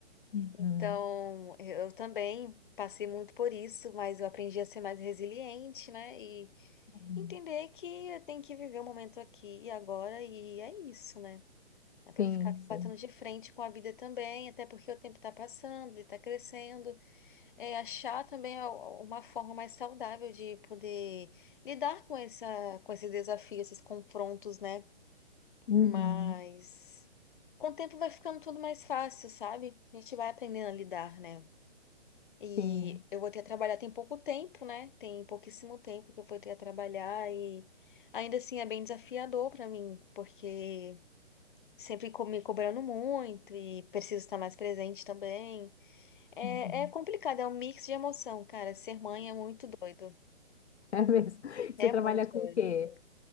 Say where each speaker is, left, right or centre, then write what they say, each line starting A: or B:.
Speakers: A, on the left; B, on the left.
A: uhum,
B: Então, eu também passei muito por isso, mas eu aprendi a ser mais resiliente, né? E
A: uhum.
B: entender que eu tenho que viver o momento aqui e agora, e é isso, né? Dá para
A: Sim,
B: ficar
A: sim.
B: batendo de frente com a vida também, até porque o tempo está passando, ele está crescendo. É, achar também a- uma forma mais saudável de poder lidar com essa, com esse desafio, esses confrontos, né?
A: Uhum,
B: Mas com o tempo vai ficando tudo mais fácil, sabe? A gente vai aprendendo a lidar, né? E
A: sim.
B: eu vou ter a trabalhar tem pouco tempo, né? Tem pouquíssimo tempo que eu vou ter a trabalhar e ainda assim é bem desafiador para mim, porque sempre co- me cobrando muito e preciso estar mais presente também. É,
A: Uhum.
B: é complicado, é um mix de emoção, cara. Ser mãe é muito doido.
A: É, é mesmo. <laughs> Você
B: É
A: trabalha
B: muito
A: com
B: doido.
A: o quê?